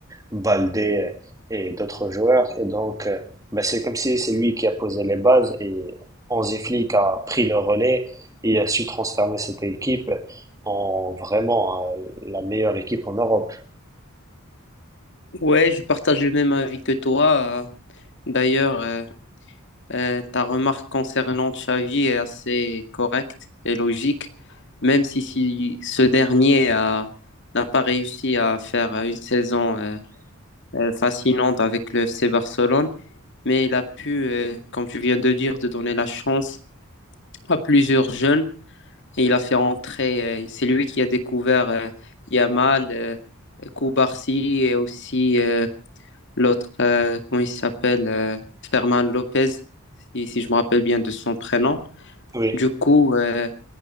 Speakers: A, on the right; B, on the left.
A: Baldé et d'autres joueurs. Et donc, euh, bah, c'est comme si c'est lui qui a posé les bases et Hansi Flick a pris le relais et a su transformer cette équipe en vraiment euh, la meilleure équipe en Europe.
B: Ouais, je partage le même avis que toi. euh, D'ailleurs, euh, euh, ta remarque concernant Xavi est assez correcte et logique, même si, si ce dernier a- n'a pas réussi à faire euh, une saison euh, euh, fascinante avec le FC Barcelone, mais il a pu, euh, comme tu viens de dire, de donner la chance à plusieurs jeunes et il a fait entrer, euh, c'est lui qui a découvert euh, Yamal, euh, Koubarsi et aussi euh, L'autre, euh, comment il s'appelle euh, Fermin Lopez, si, si je me rappelle bien de son prénom.
A: Oui.
B: Du coup, euh,